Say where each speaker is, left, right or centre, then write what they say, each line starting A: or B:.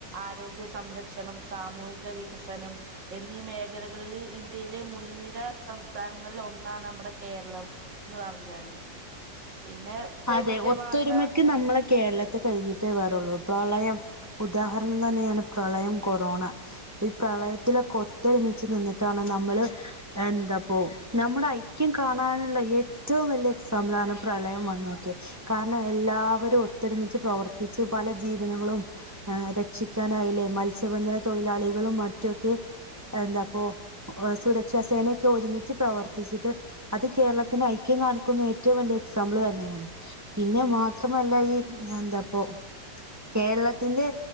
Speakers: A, on the right (about 80°); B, on the right (about 20°).
A: ആരോഗ്യ സംരക്ഷണം സാമൂഹിക വികസനം എന്നീ മേഖലകളിൽ ഇന്ത്യയിലെ മുൻനിര സംസ്ഥാനങ്ങളിൽ ഒന്നാണ് നമ്മുടെ കേരളം എന്ന് പറഞ്ഞാല് പിന്നെ വൈവിധ്യമാർന്ന
B: അതെ ഒത്തൊരുമക്ക് നമ്മളെ കേരളത്തി കഴിഞ്ഞിട്ടേ വേറുള്ളൂ പ്രളയം ഉദാഹരണം തന്നെയാണ് പ്രളയം കൊറോണ ഈ പ്രളയത്തിലൊക്കെ ഒത്തൊരുമിച്ച് നിന്നിട്ടാണ് നമ്മള് എന്താപ്പോ നമ്മുടെ ഐക്യം കാണാനുള്ള ഏറ്റവും വലിയ എക്സാമ്പിൾ ആണ് പ്രളയം വ കാരണം എല്ലാവരും ഒത്തൊരുമിച്ച് പ്രവർത്തിച്ച് പല ജീവനങ്ങളും രക്ഷിക്കാനായില്ലേ മത്സ്യബന്ധന തൊഴിലാളികളും മറ്റൊക്കെ എന്താപ്പ സുരക്ഷാ സേനയൊക്കെ ഒരുമിച്ച് പ്രവർത്തിച്ചിട്ട് അത് കേരളത്തിന് ഐക്യം കാണിക്കുന്ന ഏറ്റവും വലിയ എക്സാമ്പിൾ തന്നെയ പിന്നെ മാത്രമല്ല ഈ എന്താപ്പോ കേരളത്തിന്റെ